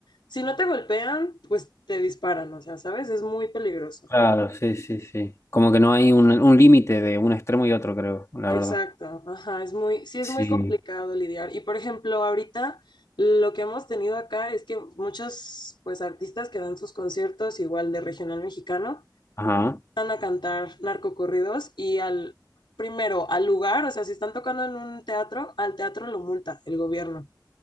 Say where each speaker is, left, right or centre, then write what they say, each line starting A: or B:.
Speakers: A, on the left (about 85°); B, on the left (about 40°).
A: si no te golpean, pues te disparan, o sea, ¿sabes? Es muy peligroso.
B: Claro, sí, sí, sí. Como que no hay un, un límite de un extremo y otro, creo, la
A: Exacto,
B: verdad.
A: ajá, es muy, sí es
B: Sí.
A: muy complicado lidiar. Y por ejemplo, ahorita lo que hemos tenido acá es que muchos pues artistas que dan sus conciertos igual de regional mexicano
B: Ajá.
A: van a cantar narcocorridos y al primero al lugar, o sea, si están tocando en un teatro, al teatro lo multa el gobierno.